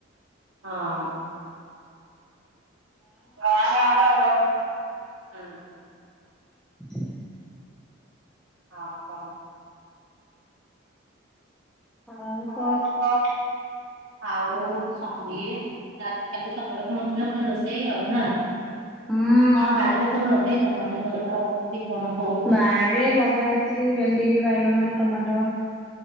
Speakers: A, on the right; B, in the centre.
A: ହଁ ଗାଁ ଗାଁ ରେ <inaudible> ହୁଁ।
B: <inaudible>
A: ହଁ କଣ?
B: ଆଉ
A: ହଉ
B: କ
A: ତ ଆଉ। <inaudible> ରାତି କାଲି ସକାଳୁ ଖୁଣୁ ଉଠିଲେ ପୁଣି ରୋଷେଇ ଆଉ ନା।
B: ହୁଁ
A: କଣ ବାରିରେ ସବୁ ଲଗେଇଛ। ପନିପରିବା ହଉ କି କଣ ହଉ।
B: ବାରିରେ ଲଗା ହେଇଛି ଭେଣ୍ଡି, ବାଇଗଣ, ଟମାଟୋ।